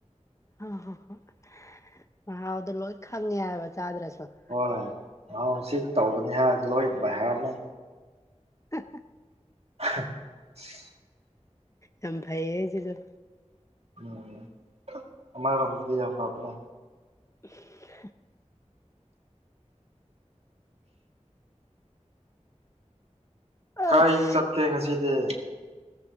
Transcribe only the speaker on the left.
ꯍꯣ ꯍꯣ ꯍꯣꯏ ꯃꯍꯥꯎꯗꯣ ꯂꯣꯏ ꯈꯪꯉꯦ ꯍꯥꯏꯕ ꯆꯥꯗ꯭ꯔꯁꯨ
ꯍꯥ ꯍꯥ <inaudible>
ꯌꯥꯝ ꯐꯩꯌꯦ ꯁꯤꯖꯨ
<inaudible> ꯑꯁ